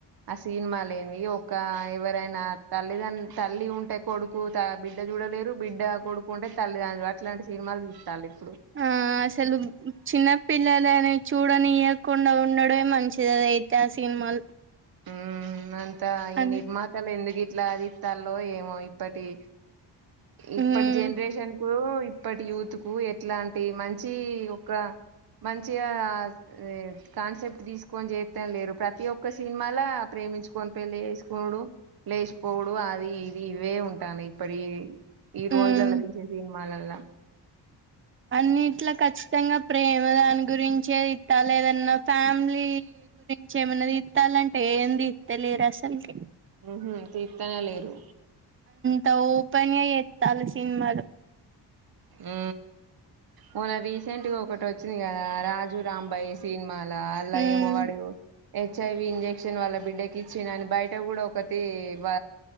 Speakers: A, on the right; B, on the right.
A: ఆ సినిమా లేంది ఒక ఎవరైనా తల్లిదండ తల్లి ఉంటే కొడుకు తా బిడ్డది చూడలేరు బిడ్డ కొడుకుంటే తల్లిదండ్రులు అట్లాంటి సినిమాలు తీస్టాండ్రు ఇప్
B: ఆ అసలు చిన్నప్పిల్లలానే చూడనియకుండా ఉండుడే మంచిదిది అది అయితే ఆ సినిమాలు
A: ఉ అంతా ఈ
B: అన్
A: నిర్మాతల ఎందుకు ఈ ఇట్లా దితలో ఏమో ఇప్పటి ఇప్పటి
B: ఉమ్
A: జనరేషన్ కో ఇప్పటి యూత్ కు ఎట్లాంటి మంచి ఒక మంచిగా ఏ కాన్సెప్ట్ తీసుకొని చేస్తం లేరు ప్రతి ఒక్క సినిమాాల ప్రేమించుకొని పెళ్లి చేసుకొడు లేచిపోవుడు అది ఇది ఇవే ఉంటా అన్నాయ్ ఇప్పటి వి ఈ రోజులలా
B: ఉమ్
A: తీసే సినిమాలలా
B: అన్నిట్లో ఖచ్చితంగా ప్రేమ దాని గురించే తితాళ్లు ఏదన్నా ఫ్యామిలీ గురించి ఏమైనా ఇత్తాలంటే ఏంది తిత్తలేరు అసలుకి
A: ఉ తిత్తానే లేరు
B: త ఓపెన్ గ చేత్తాళ్లు సినిమాలు
A: ఉ మొన్న రీసెంట్గా ఒకటి వచ్చింది కదా రాజు రాంబైస్ సినిమాల అల్లా
B: ఉమ్
A: ఏమో వాడు చు హెచ్ఐవి ఇంజెక్షన్ వాళ్ళ బిడ్డకి ఇచ్చినని బయట కూడా ఒకటి వ